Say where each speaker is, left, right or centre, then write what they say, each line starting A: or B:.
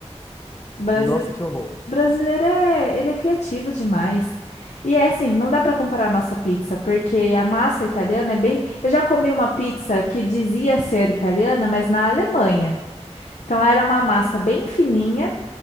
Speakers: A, on the left; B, on the left.
A: O brasile-
B: Nossa, que horror.
A: brasileiro é, ele é criativo demais. E é assim, não dá para comparar a nossa pizza, porque a massa italiana é bem. Eu já comi uma pizza que dizia ser italiana, mas na Alemanha. Então era uma massa bem fininha